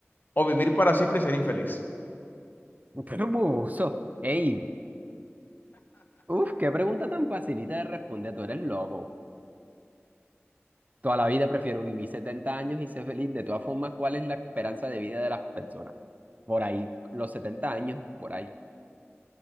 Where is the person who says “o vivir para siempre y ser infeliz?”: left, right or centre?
Left